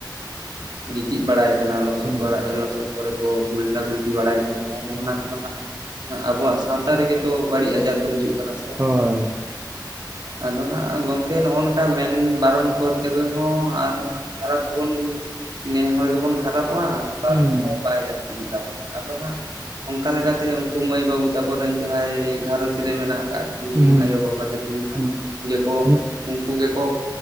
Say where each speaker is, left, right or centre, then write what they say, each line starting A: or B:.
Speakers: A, on the right (about 60°); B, on the right (about 30°).
A: ᱜᱤᱛᱤᱡ ᱵᱟᱲᱟᱭ ᱠᱟᱱᱟ ᱾ ᱞᱚᱥᱚᱫ
B: ᱦᱩᱸ
A: ᱵᱟ ᱞᱚᱥᱚᱫ ᱠᱚᱨᱮ ᱠᱚ ᱜᱷᱩᱞᱴᱟ ᱜᱷᱩᱞᱴᱤ ᱵᱟᱲᱟᱭ ᱠᱟᱱᱟ, ᱛᱟᱦᱚᱞᱮ
B: ᱦᱩᱸ
A: ᱚᱱᱟ ᱠᱚᱫᱚ ᱦᱟᱸᱜ ᱟᱵᱚᱣᱟᱜ ᱥᱟᱶᱛᱟ ᱨᱮᱜᱮ ᱛᱚ ᱵᱟᱹᱲᱤᱡ ᱟᱡᱟᱨ ᱫᱚ ᱦᱤᱡᱩᱜ ᱠᱟᱱᱟ ᱥᱮ
B: ᱦᱳᱭ
A: ᱾ ᱟᱫᱚ ᱦᱟᱸᱜ ᱜᱚᱝᱠᱮ ᱱᱚᱜᱼᱚ ᱱᱚᱝᱠᱟ ᱢᱮᱱ ᱵᱟᱨᱚᱱ ᱯᱚᱫ ᱛᱮᱜᱮ ᱦᱚᱸ ᱟᱨᱚᱸ ᱦᱟᱸᱜ ᱠᱷᱟᱨᱟᱯ ᱵᱚᱱ ᱱᱮᱦᱚᱲ ᱜᱮᱵᱚᱱ ᱠᱷᱟᱨᱟᱯᱚᱜᱼᱟ ᱾ ᱵᱟᱨᱚᱱ
B: ᱦᱩᱸ
A: ᱦᱚᱸ ᱵᱟᱭ ᱞᱟᱹᱠᱛᱤ ᱜᱮᱛᱟᱵᱚᱱᱟ ᱟᱫᱚ ᱦᱟᱸᱜ ᱚᱱᱠᱟ ᱞᱮᱠᱟᱛᱮ ᱩᱱᱠᱩ ᱢᱟᱹᱭ ᱵᱟᱹᱵᱩ ᱛᱟᱠᱚᱚᱨᱮᱱ ᱡᱟᱦᱟᱸᱭ ᱜᱷᱟᱨᱚᱸᱡᱽ ᱨᱮ ᱢᱮᱱᱟᱜ ᱟᱠᱟᱫ ᱠᱤᱱ
B: ᱦᱩᱸ
A: ᱟᱭᱳᱵᱟᱵᱟ ᱛᱟ ᱤᱱ ᱦᱟᱸᱜ
B: ᱦᱩᱸ
A: ᱩᱱᱠᱤᱱ ᱜᱮᱠᱚ
B: ᱦᱩᱸ
A: ᱩᱱᱠᱩ ᱜᱮᱠᱚ